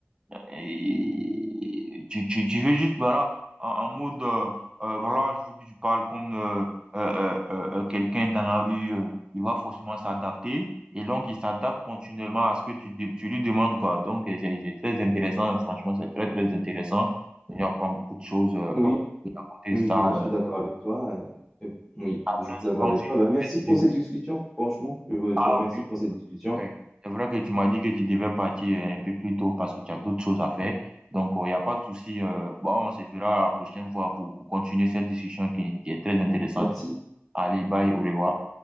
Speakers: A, on the right; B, in the centre.
A: Et tu, tu, tu veux juste, voilà, en, en mode, euh, euh, voilà, je veux que tu parles comme euh, euh, euh, euh, euh, quelqu'un dans la rue, euh, il va forcément s'adapter. Et donc, il s'adapte continuellement à ce que tu, dé- tu lui demandes, quoi. Donc, euh, c'est c'est très intéressant. Franchement, c'est très, très intéressant. On apprend beaucoup de choses euh,
B: Oui,
A: et à côté
B: oui,
A: de ça.
B: je suis
A: euh.
B: d'accord avec toi. euh, et- oui,
A: Après,
B: je suis d'accord
A: souvent
B: avec
A: aussi,
B: toi.
A: je
B: Ben, merci
A: fais
B: pour
A: je fais-
B: cette discussion, franchement. Je te
A: ah,
B: remercie pour cette discussion.
A: Ouais. C'est vrai que tu m'as dit que tu devais partir euh, un peu plus tôt parce que tu as d'autres choses à faire. Donc, il n'y a pas de souci. euh, bon, on se verra la prochaine fois pour, pour continuer cette discussion qui, qui est très intéressante.
B: Merci.
A: Allez, bye, au revoir.